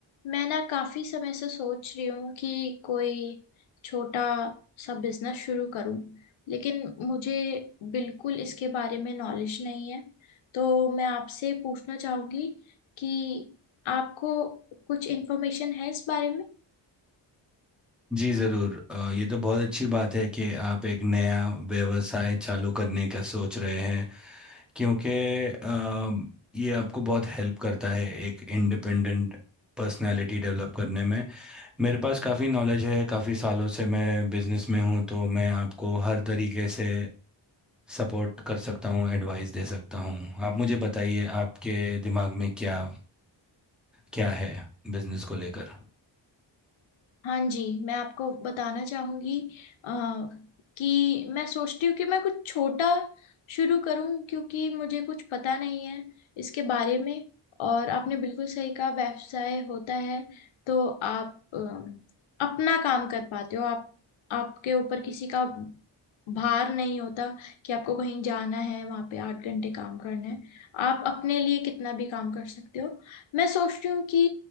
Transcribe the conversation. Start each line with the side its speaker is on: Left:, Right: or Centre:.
Left: मैं ना काफी समय से सोच रही हूँ कि कोई छोटा सा बिजनेस शुरू करूँ लेकिन मुझे बिल्कुल इसके बारे में नॉलेज नहीं है तो मैं आपसे पूछना चाहूंगी कि आपको कुछ इन्फॉर्मेशन है इस बारे में
Centre: जी ज़रूर अ, ये तो बहुत अच्छी बात है कि आप एक नया व्यवसाय चालू करने का सोच रहे हैं क्योंकि अम, ये आपको बहुत हेल्प करता है एक इंडिपेंडेंट पर्सनालिटी डेवलप करने में मेरे पास काफ़ी नॉलेज है काफ़ी सालों से मैं बिजनेस में हूँ तो मैं आपको हर तरीके से सपोर्ट कर सकता हूँ एडवाइस दे सकता हूँ आप मुझे बताइए आपके दिमाग में क्या क्या है बिजनेस को लेकर
Left: हाँ जी मैं आपको बताना चाहूंगी अ, कि मैं सोचती हूँ कि मैं कुछ छोटा शुरू करूँ क्योंकि मुझे कुछ पता नहीं है इसके बारे में और आपने बिल्कुल सही कहा व्यवसाय होता है तो आप अ, अपना काम कर पाते हो आप आपके ऊपर किसी का भार नहीं होता कि आपको कहीं जाना है वहां पे आठ घंटे काम करना है आप अपने लिए कितना भी काम कर सकते हो मैं सोचती हूँ कि